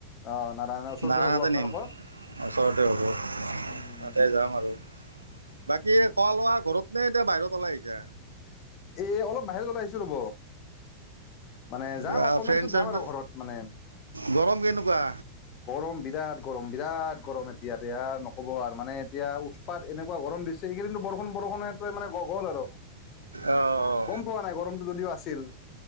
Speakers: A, on the left; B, on the right.
A: আহ নাৰায়ণৰ ওচৰতে
B: নাৰায়ণতে
A: হ'ব আপোনালোকৰ
B: নিম
A: ।উম!
B: ওচৰতে হ'ব তাতে যাম আৰু বাকী খোৱা লোৱা ঘৰত নে এতিয়া বাহিৰত ওলাই আহিছা?
A: এ অলপ বাহিৰত ওলাই আহিছো ৰ'ব। মানে
B: কিবা
A: যাম অকনমান
B: ফ্ৰেণ্ড
A: পিছত
B: চেণ্ড
A: যাম আৰু ঘৰত মানে।
B: গৰম কেনেকুৱা
A: গৰম বিৰাট গৰম বিৰাট গৰম দে আৰ নকব আৰ মানে এতিয়া উৎপাত এনেকুৱা গৰম দিছে। এইকিদিনটো বৰষুণ বৰষুণে মানে গ গ'ল আৰু,
B: অঁ
A: গম পোৱা নাই গৰমটো যদিও আছে। তিল।